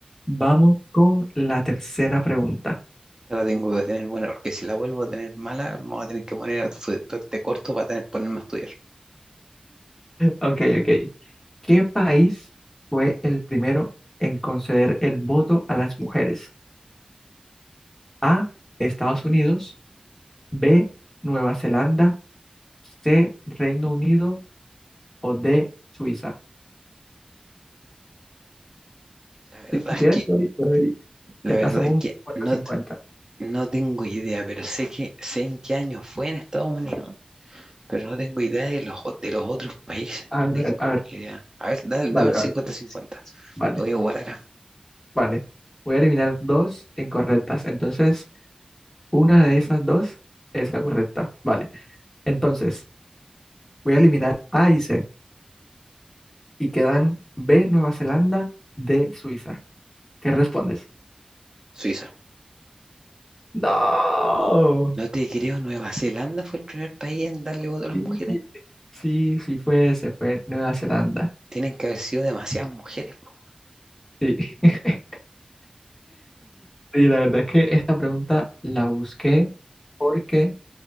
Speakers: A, on the left; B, on the right.
A: vamos con la tercera pregunta.
B: Esta la tengo que tener buena porque si la vuelvo a tener mala, vamos a tener que poner a estu- este corto para tener, ponerme a estudiar.
A: Ok, ok. ¿Qué país fue el primero en conceder el voto a las mujeres? A, Estados Unidos, B, Nueva Zelanda, C, Reino Unido o D, Suiza.
B: La verdad
A: Si, si quieres,
B: es que,
A: te doy- te doy-
B: la
A: te-
B: verdad
A: hacemos
B: es
A: un
B: que
A: 50
B: no,
A: cincuenta.
B: t- no tengo idea, pero sé que sé en qué año fue en Estados Unidos pero no tengo idea de los, o- de los otros países,
A: A
B: no
A: ver,
B: tengo
A: a ver,
B: ni idea. A ver, da- dame
A: vale,
B: el cincuenta
A: vale,
B: cincuenta
A: vale,
B: Lo voy a jugar acá,
A: vale. Voy a eliminar dos incorrectas. Entonces, una de esas dos es la correcta. Vale. Entonces, voy a eliminar A y C. y quedan B, Nueva Zelanda, D, Suiza. ¿Qué respondes?
B: Suiza.
A: No,
B: No te creo, Nueva Zelanda fue el primer país en darle voto a las
A: sí,
B: mujeres.
A: sí, sí fue, se fue Nueva Zelanda.
B: Tienen que haber sido demasiadas mujeres, po.
A: Sí. <laughs> Sí, la verdad es que esta pregunta la busqué porque